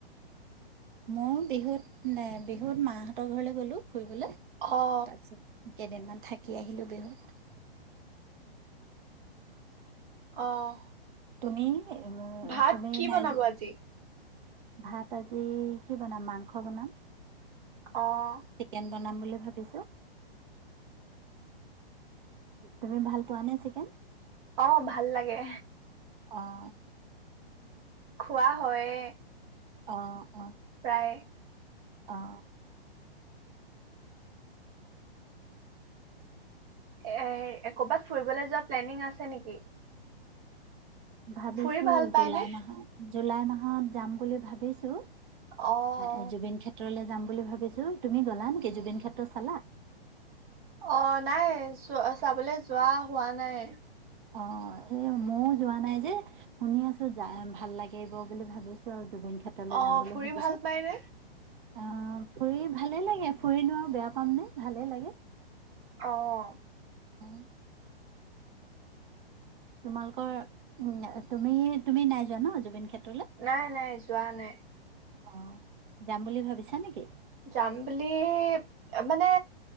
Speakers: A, on the right; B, on the right.
A: মই বিহুত নে বিহুত মাহঁতৰ ঘৰলে গ'লো। ফুৰিবলে,
B: অ
A: তাৰপিছত কেইদিনমান থাকি আহিলো বিহুত।
B: অঁ।
A: তুমি?
B: ভাত
A: তুমি
B: কি
A: নাই
B: বনাব আজি?
A: ভাত আজি কি বনাম মাংস বনাম।
B: অ'।
A: চিকেন বনাম বুলি ভাবিছো। তুমি ভাল পোৱা নে চিকেন?
B: অ', ভাল লাগে।
A: অহ।
B: খোৱা হয়ে।
A: অ', অ'।
B: প্ৰায়ে।
A: অহ।
B: এ ক'ৰবাত ফুৰিবলৈ যোৱা প্লেনিং আছে নেকি?
A: ভাবিছো
B: ফুৰি ভাল পায়নে
A: জুলাই মাহত জুলাই মাহত যাম বুলি ভাবিছোঁ।
B: অ অ
A: এ জুবিন ক্ষেত্ৰলে যাম বুলি ভাবিছো, তুমি গ'লা নেকি জুবিন ক্ষেত্ৰ চালা?
B: অ', নাই চোৱা চাবলৈ যোৱা হোৱা নাই।
A: অ'- সেয়ে মইও যোৱা নাই যে শুনি আছো যায় ভাল লাগিব বুলি ভাবিছো আৰু। জুবিন ক্ষেত্ৰলৈ
B: অ',
A: যাম বুলি
B: ফুৰি
A: ভাবিছো।
B: ভাল পায়নে?
A: অ', ফুৰি ভালে লাগে ফুৰিনো আৰু বেয়া পামনে, ভালে লাগে।
B: অ'।
A: <inaudible> তোমালোকৰ উম, তুমি তুমি নাই যোৱা ন' জুবিন ক্ষেত্
B: নাই, নাই যোৱা নাই।
A: অ', যাম বুলি ভাবিছা নেকি?
B: যাম বুলি মানে